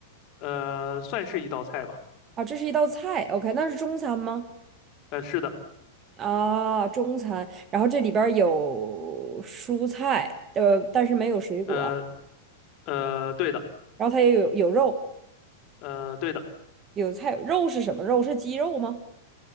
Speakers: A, on the left (about 40°); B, on the right (about 25°).
A: 呃，算是一道菜吧。
B: 啊，这是一道菜，OK，那是中餐吗？
A: 呃，是的，
B: 啊，中餐，然后这里边儿有蔬菜，呃，但是没有水果，
A: 呃呃，对的，
B: 然后它也有有肉，
A: 呃对的，
B: 有菜，肉是什么肉？是鸡肉吗？